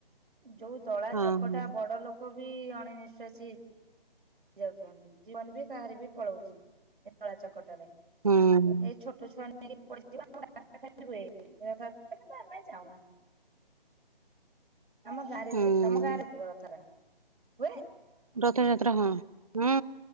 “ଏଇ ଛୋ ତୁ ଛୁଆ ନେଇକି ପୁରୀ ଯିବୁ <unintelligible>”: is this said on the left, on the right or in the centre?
Right